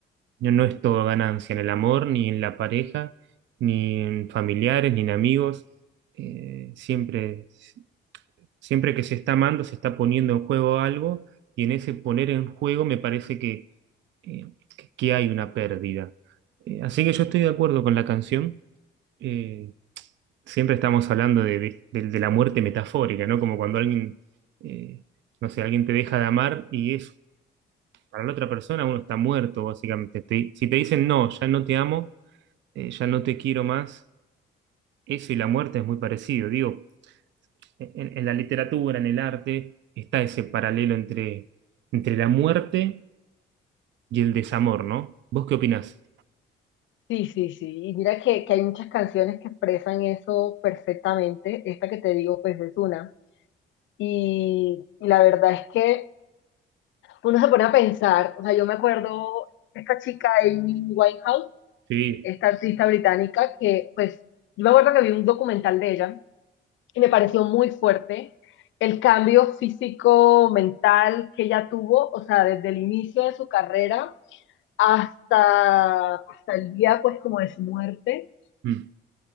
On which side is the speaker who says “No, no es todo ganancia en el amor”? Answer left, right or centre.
Right